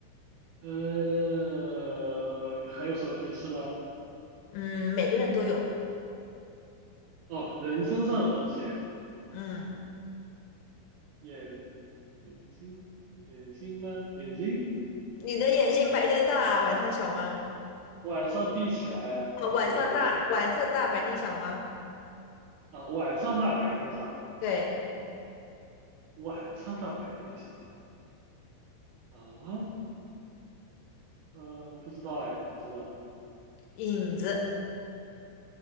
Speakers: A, on the right; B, on the left.
A: 呃，还有什么提示吗？
B: 嗯，每个人都有，
A: 哦，人身上的东西，
B: 嗯，
A: 眼眼睛，眼睛吗？眼睛，
B: 你的眼睛白天大，晚上小吗？
A: 晚上闭起来呀、
B: 啊，
A: 那不就
B: 晚上大，晚上大，白天小吗？
A: 啊？晚上大，白天小，
B: 对，
A: 晚上大，白天小啊？嗯，不知道哎，什么？
B: 影子。